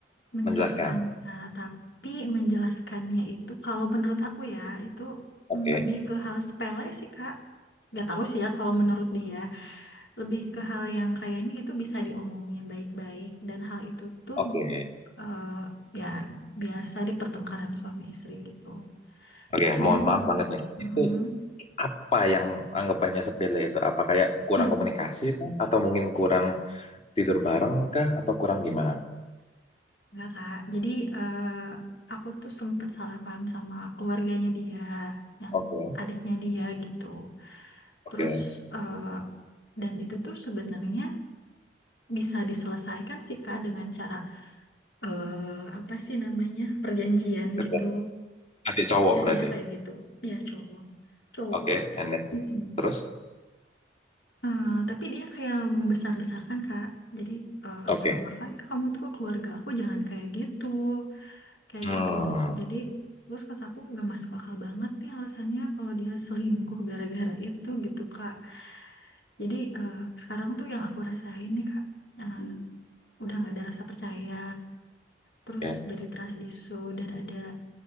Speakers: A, on the left; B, on the left.
A: menjelaskan
B: menjelaskan.
A: kak tapi menjelaskannya itu kalau menurut aku ya itu
B: Oke,
A: mm, lebih ke hal sepele sih kak Gak tahu sih ya kalau menurut dia lebih ke hal yang kayaknya itu bisa diomongin baik-baik dan hal itu tuh
B: oke,
A: eh, ya biasa di pertengkaran suami istri gitu
B: oke.
A: cuman
B: Mohon maaf banget nih.
A: mhm.
B: Itu apa yang anggapannya sepele itu? Apa kayak kurang
A: Hmm.
B: komunikasi kah? Atau mungkin kurang tidur bareng kah? Atau kurang gimana?
A: Enggak, Kak. Jadi eh, aku tuh sempet salah paham sama keluarganya dia, yang
B: Oke,
A: adiknya dia gitu.
B: oke.
A: Terus eh, dan itu tuh sebenarnya bisa diselesaikan sih Kak dengan cara eh, apa sih namanya perjanjian
B: Oke.
A: gitu.
B: Adik cowok
A: Biasanya
B: berarti.
A: kayak gitu. Ya cowok, cowok.
B: Oke, and then,
A: Mm.
B: terus?
A: Eh, tapi dia kayak membesar-besarkan Kak. Jadi eh,
B: Oke.
A: ya makanya kamu tuh ke keluarga aku jangan kayak gitu. kayak
B: Hmm,
A: gitu terus jadi terus kata aku nggak masuk akal banget nih alasannya kalau dia selingkuh gara-gara itu gitu kak jadi eh, sekarang tuh yang aku rasain nih kak eh, udah nggak ada rasa percaya terus
B: oke,
A: jadi trust issue dan ada